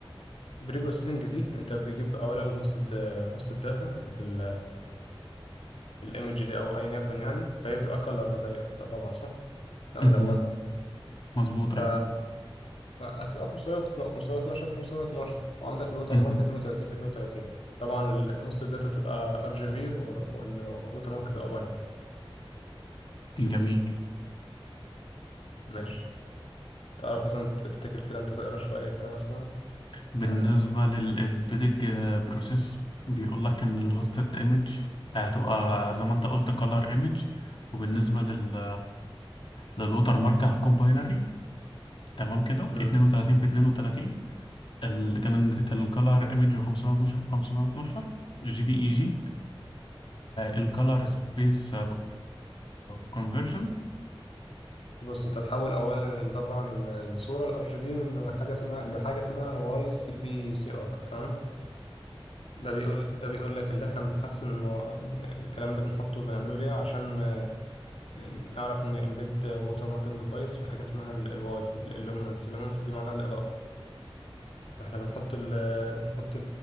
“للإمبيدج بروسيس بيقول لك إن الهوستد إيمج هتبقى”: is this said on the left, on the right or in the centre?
Left